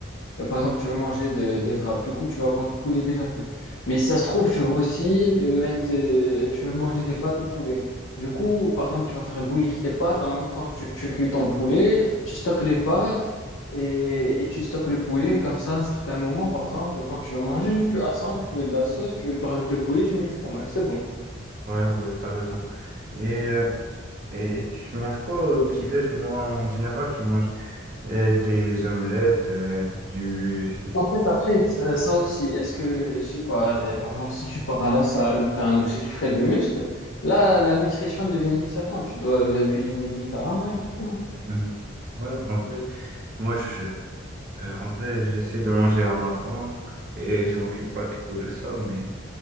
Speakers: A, on the left; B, on the right.
A: Euh, Par exemple, tu veux manger des, des wraps, du coup, tu vas avoir du poulet déjà fait. Mais si ça se trouve, tu veux aussi euh, mettre, euh, tu veux manger des pâtes au poulet. Du coup, par exemple, tu vas faire bouillir tes pâtes en même temps que tu, tu cuis ton poulet, tu stockes les pâtes et, et tu stockes le poulet. Comme ça, à un certain moment, par exemple, quand tu veux manger, tu assembles, tu mets de la sauce, tu, tu rajoutes le poulet, tu mets du fromage. C'est bon.
B: Ouais, ouais, t'as raison. Et, euh, et tu manges quoi au petit-déj? Moi, en général, je mange euh, des omelettes, euh, du... <laughs>
A: En fait, après, ça, ça aussi, est-ce que, je sais pas, euh, par exemple, si tu pars à la salle, tu as un objectif très de muscle, là, la nutrition elle devient différente. Tu dois euh, cuisiner différemment et tout. hein.
B: Mm. Ouais, en vrai, moi, je, euh, en vrai, j'essaie de manger à ma faim et je m'occupe pas trop de ça, mais